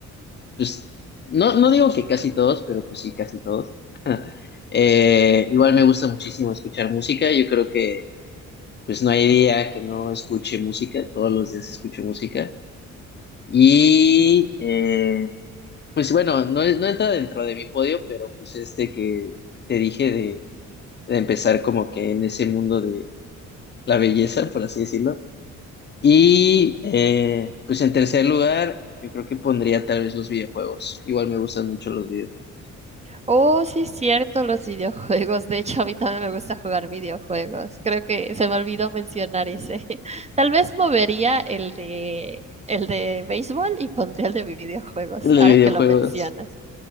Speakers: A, on the left (about 35°); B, on the right (about 20°).
A: Pues, no, no digo que casi todos, pero pues sí, casi todos. <laughs> Eh, igual me gusta muchísimo escuchar música. Yo creo que pues no hay día que no escuche música. Todos los días escucho música. Y eh, Pues bueno, no, es- no entra dentro de mi podio, pero pues este que te dije de, de empezar como que en ese mundo de la belleza, por así decirlo. Y eh, pues en tercer lugar, yo creo que pondría tal vez los videojuegos. Igual me gustan mucho los videojuegos.
B: Oh, sí es cierto, los videojuegos. De hecho, a mí también me gusta jugar videojuegos. Creo que se me olvidó mencionar ese. <laughs> Tal vez movería el de el de béisbol y pondría el de videojuegos,
A: Los
B: ahora
A: videojuegos.
B: que lo mencionas.